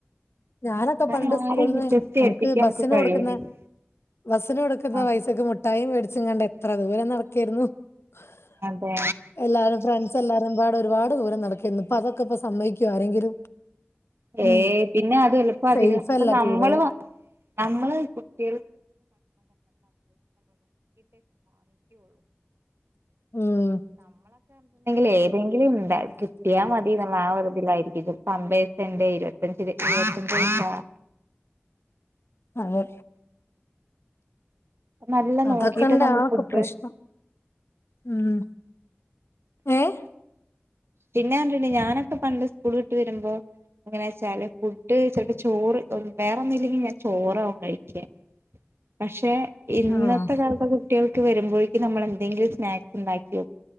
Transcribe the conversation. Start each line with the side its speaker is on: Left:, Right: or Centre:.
Left: ഞാനൊക്കെ
Right: കാരണം
Left: പണ്ട് സ്കൂള്ന്ന്
Right: ആരെയും വിശ്വസിച്ച്
Left: നമുക്ക്
Right: ഏൽപ്പിക്കാൻ
Left: ബസ്സിന്
Right: കഴിയുന്നില്ല
Left: കൊടുക്ക്ന്ന ബസ്സിന്കൊടുക്കുന്ന
Right: ആ
Left: പൈസക്ക് മുട്ടായിം വേടിച്ചും കൊണ്ട് എത്ര ദൂരം നടക്കേർന്നു ഹ്
Right: അതെ
Left: എല്ലാരും ഫ്രണ്ട്സ് എല്ലാരുംപാട് ഒരുപാട് ദൂരം നടക്കേരുന്നു. ഇപ്പ അതൊക്കെ ഇപ്പോ സമ്മയ് ക്യോ ആരെങ്കിലും.
Right: ഹേയ്
Left: ഉം
Right: പിന്നെ അതൊല്ല
Left: സേഫ്
Right: അധിനെത്ത
Left: അല്ല
Right: നമ്മള്
Left: തീരെ
Right: മ്മാ <unintelligible> <unintelligible>
Left: ഉം
Right: എപ്ളേങ്കിലും കിട്ടിയാൽ മതി എന്നുള്ള ആ ഒരു ഇതിലായിരികും <unintelligible> <unintelligible> <unintelligible> ഇരുപ്പത്ത ജ് പൈസാ
Left: അതേ
Right: നല്ല
Left: അതൊക്കൊണ്
Right: നോക്കിട്ട് നമ്മൾ
Left: ഇപ്പോ
Right: ഫുഡ്
Left: പ്രശ്നം. ഉം ഏഹ്
Right: പിന്നെ ണ്ടന് ഞാനൊക്കെ പണ്ട് സ്കൂൾ ഇട്ട് വരുമ്പോ എങ്ങെനാ വെച്ചാല് ഫുഡ് ചെലപ്പോ ചോറ് വേറെ ഒന്നും ഇല്ലെങ്കിൽ ഞാൻ ചോരവും കഴിക്യാ പഷേ ഇന്നത്തെ
Left: ആഹ്
Right: കാലത്തെ കുട്ടികൾക്ക് വരുമ്പോഴേക്കും നമ്മൾ എന്തെങ്കിലും സ്നാക്സ് ഉണ്ടാക്കി വെക്കും